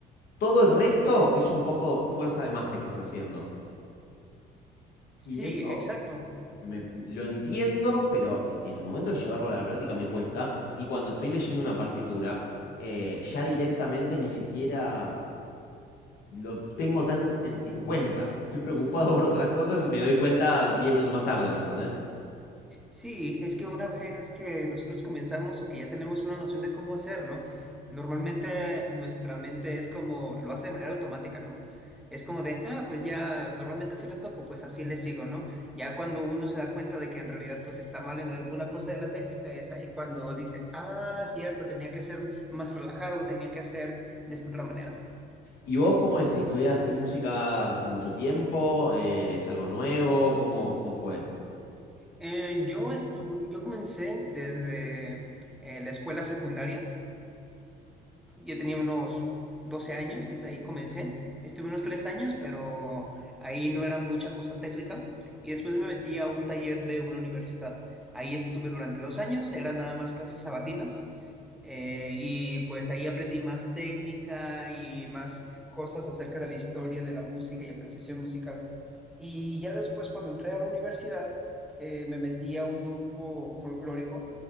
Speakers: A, on the left; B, in the centre.
A: Todo el resto es un poco fuerza de más que estás haciendo. Y
B: Sí,
A: eso
B: exacto.
A: me- lo entiendo, pero en el momento de llevarlo a la práctica me cuesta. Y cuando estoy leyendo una partitura, eh, ya directamente ni siquiera lo tengo tan en, en cuenta. Estoy preocupado <laughs> por otras cosas y me doy cuenta 10 minutos más tarde, ¿me entendés?
B: Sí, es que una vez que nosotros comenzamos o que ya tenemos una noción de cómo hacerlo, normalmente nuestra mente es como lo hace de manera automática, ¿no? Es como de, ah, pues ya normalmente así lo toco, pues así le sigo, ¿no? Ya cuando uno se da cuenta de que en realidad pues está mal en alguna cosa de la técnica esa y cuando dice, ah, cierto, tenía que ser más relajado, tenía que ser de esta otra manera.
A: ¿Y vos cómo es? ¿Estudiaste música hace mucho tiempo? Eh, ¿es algo nuevo? ¿Cómo, cómo fue?
B: Eh, yo estu yo comencé desde eh, la escuela secundaria Yo tenía unos 12 años, desde ahí comencé. Estuve unos 3 años, pero ahí no era mucha cosa técnica. Y después me metí a un taller de una universidad. Ahí estuve durante 2 años, eran nada más clases sabatinas. eh, y pues ahí aprendí más técnica y más cosas acerca de la historia de la música y apreciación musical. Y ya después, cuando entré a la universidad, eh, me metí a un grupo folclórico